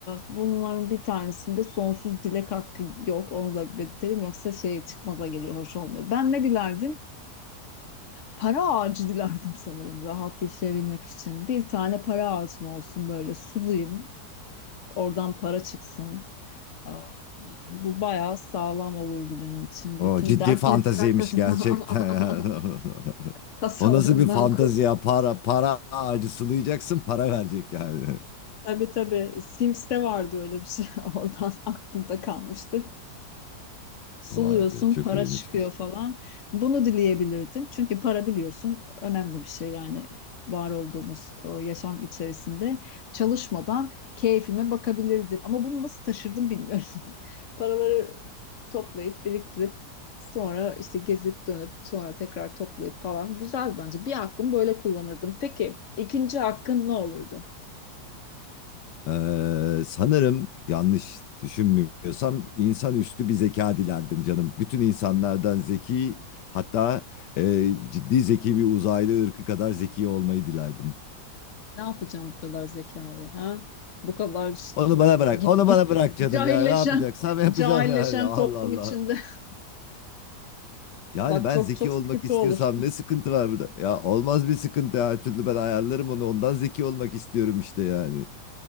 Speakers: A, on the left; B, on the left.
A: bunların bir tanesinde sonsuz dilek hakkı yok. Onu da belirtelim. Yoksa şey çıkmaza geliyor. Hoş olmuyor. Ben ne dilerdim? Para ağacı dilerdim sanırım rahat yaşayabilmek için. Bir tane para ağacım olsun böyle sulayım. Oradan para çıksın. Aa, bu bayağı sağlam olurdu benim için.
B: O
A: Bütün
B: ciddi
A: dertlerin
B: fantaziymiş
A: arkasından
B: gerçekten.
A: <laughs>
B: ya. <laughs>
A: tasalarımdan
B: O nasıl bir fantazi
A: kur.
B: ya? Para, para ağacı sulayacaksın, para verecek yani.
A: Tabii tabii. Sims'te vardı öyle bir şey. <laughs> Oradan aklımda kalmıştı.
B: <laughs>
A: suluyorsun,
B: Vay be çok
A: para
B: iyiymiş.
A: çıkıyor falan. Bunu dileyebilirdim. Çünkü para biliyorsun önemli bir şey yani var olduğumuz o yaşam içerisinde çalışmadan keyfime bakabilirdim. Ama bunu nasıl taşırdım bilmiyorum. <laughs> Paraları toplayıp biriktirip sonra işte gezip dönüp sonra tekrar toplayıp falan güzel bence. Bir hakkımı böyle kullanırdım. Peki ikinci hakkın ne olurdu?
B: Ee, sanırım yanlış düşünmüyorsam insanüstü bir zeka dilerdim canım. Bütün insanlardan zeki hatta e, ciddi zeki bir uzaylı ırkı kadar zeki olmayı dilerdim.
A: Ne yapacağım bu kadar zekayı ha? Bu kadar ş-
B: Onu bana bırak,
A: git
B: onu
A: git
B: bana bırak canım
A: cahilleşen
B: ya ne yapacaksam yapacağım
A: cahilleşen
B: yani <laughs> Allah
A: toplum
B: Allah.
A: içinde. <laughs>
B: Yani
A: Bak
B: ben
A: çok
B: zeki
A: çok
B: olmak
A: sıkıntı
B: istiyorsam
A: olur.
B: ne sıkıntı var burada? Ya olmaz bir sıkıntı her türlü ben ayarlarım onu ondan zeki olmak istiyorum işte yani.